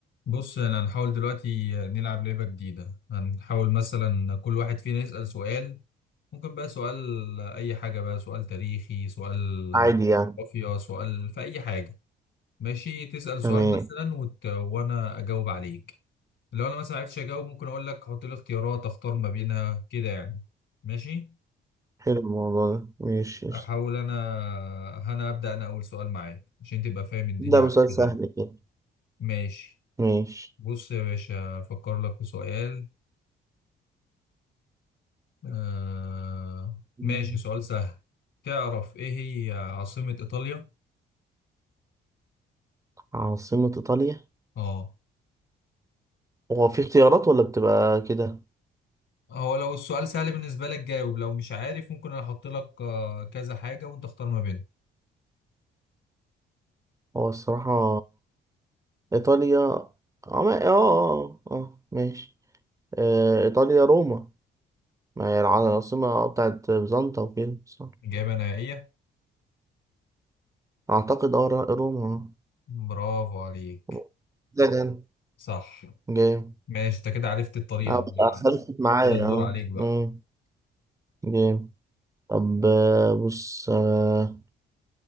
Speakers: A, on the left; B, on the right.
A: بص انا هنحاول دلوقتي نلعب لعبة جديدة هنحاول مثلا كل واحد فينا يسأل سؤال ممكن بقى سؤال اي حاجة بقى سؤال تاريخي سؤال
B: عادي يعني
A: جغرافيا سؤال في اي حاجة ماشي تسأل سؤال
B: تمام
A: مثلا وت... وانا اجاوب عليك لو انا مثلا معرفتش اجاوب ممكن اقول لك حط لي اختيارات اختار ما بينها كده يعني ماشي
B: حلو الموضوع ده ماشي قشطة.
A: احاول انا انا ابدأ انا اول سؤال معاك عشان تبقى فاهم الدنيا
B: ده
A: معاك
B: مثال
A: كده
B: سهل
A: يعني
B: كده
A: ماشي
B: ماشي
A: بص يا باشا افكر لك في سؤال آه
B: مم.
A: ماشي سؤال سهل تعرف ايه هي عاصمة ايطاليا
B: عاصمة إيطاليا
A: اه
B: هو في اختيارات ولا بتبقى كده
A: هو لو السؤال سهل بالنسبة لك جاوب لو مش عارف ممكن انا احط لك آه، كذا حاجة وانت اختار ما بينهم
B: هو الصراحة إيطاليا اه ما- اه اه آه، آه، ماشي آه، إيطاليا روما ما هي العاصمة آه، بتاعت بيزنطة وكده صح
A: اجابة نهائية
B: أعتقد اه را- روما
A: برافو عليك
B: آه. ده جامد
A: صح
B: جامد
A: ماشي انت كده عرفت الطريقة
B: اه
A: بقى.
B: بس خلصت معايا
A: كده الدور
B: اه
A: عليك بقى
B: مم، جامد طب آه، بص آه،